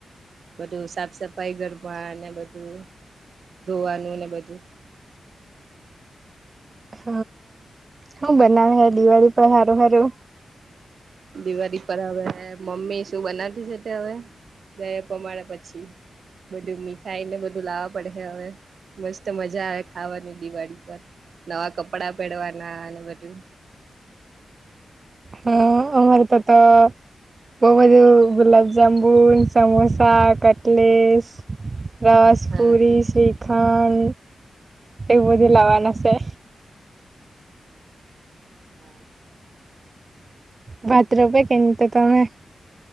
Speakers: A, on the right; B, on the right.
A: બધું સાફ સફાઈ ગરમા, ને બધું ધોવાનું ને બધું
B: હ શું બનાવે, હે દિવાળી પણ હારુ, હારુ
A: દિવાળી પર હવે મમ્મીશું બનાવી છે, તે હવે ગયા પ્રમાણે પછી, બધું મીઠાઈને બધું લાવવા પડે છે, હવે મસ્ત મજા આવે, ખાવાની દિવાળી પર નવા કપડા પહેરવાના, અને બધું
B: હા, અમારે તો, તો બહ, બધું ગુલાબ જામુન, સમોસા, કટલીસ રવાસ
A: હા
B: પુરી શ્રીખાન એવું, બધું
A: હા
B: લાવવાના છે.
A: હા
B: બાથરૂપે કેમ, તો તમે